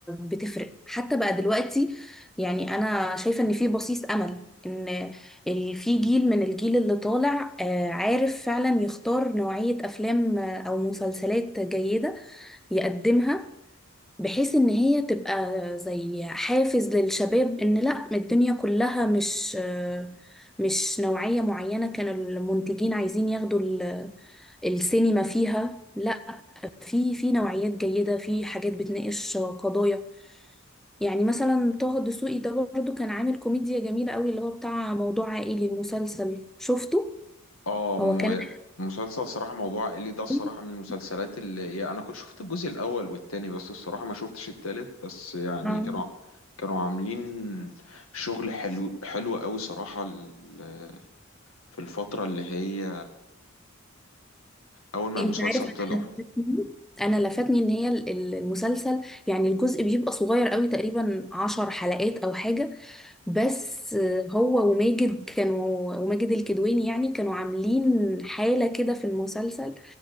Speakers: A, in the centre; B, on the left.
A: بتفرق حتى بقى دلوقتي يعني انا شايفة ان في بصيص امل ان ال- في جيل من الجيل اللي طالع آه، عارف فعلا يختار نوعية افلام او مسلسلات جيدة يقدمها بحيث ان هي تبقى زي حافز للشباب ان لا الدنيا كلها مش آه، مش نوعية معينة كانوا المنتجين عايزين ياخدوا السينما فيها لا في في نوعيات جيدة في حاجات بتناقش قضايا يعني مثلا طه الدسوقي ده برضه كان عامل كوميديا جميلة قوي اللي هو بتاع موضوع عائلي المسلسل شفته
B: اه
A: هو
B: م-
A: كان
B: مسلسل صراحة موضوع عائلي ده الصراحة
A: <laughs>
B: من المسلسلات اللي هي أنا كنت شفت الجزء الأول والتاني بس الصراحة ما شفتش التالت بس يعني
A: اه
B: كانوا كانوا عاملين شغل حلو حلو قوي صراحة ال- في الفترة اللي هي أول ما
A: انت
B: المسلسل
A: عارف انا
B: طلع
A: لفتني انا لفتني ان هي ال- ال- المسلسل يعني الجزء بيبقى صغير قوي تقريبا عشر حلقات او حاجة بس هو وماجد كانوا وماجد الكدواني يعني كانوا عاملين حالة كده في المسلسل